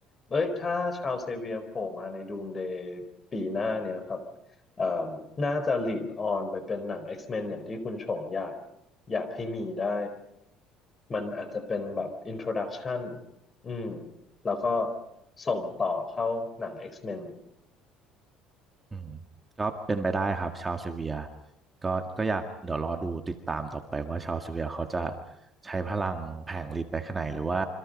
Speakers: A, on the left (about 25°); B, on the right (about 20°).
A: เอ้ยถ้าชาวเซเวียโผล่มาในดูมเดย์ปีหน้าเนี่ยครับเอ่มน่าจะ lead on ไปเป็นหนัง X-Men อย่างที่คุณชงอยากอยากให้มีได้ มันอาจจะเป็นแบบ introduction อืมแล้วก็ส่งต่อเข้าหนัง X-Men
B: อืมก็เป็นไปได้ครับชาวเซเวียก็ก็อยากเดี๋ยวรอดูติดตามต่อไปว่าชาวเซเวียเขาจะใช้พลังแผงฤทธิ์ไปขนาดไหนหรือว่า